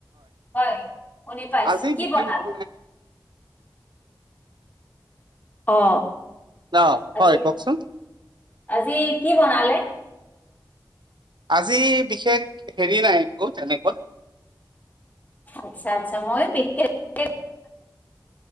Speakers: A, on the left; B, on the right.
A: হয় শুনি পাইছো,
B: আজি
A: কি
B: বিশেষ
A: বনালে?
B: একো নাই
A: অ
B: ন
A: আজি
B: হয় কওকচোন
A: আজি কি বনালে?
B: আজি বিশেষ হেৰি নাই একো তেনেকৈ।
A: আচ্ছা আচ্ছা মই প <unintelligible>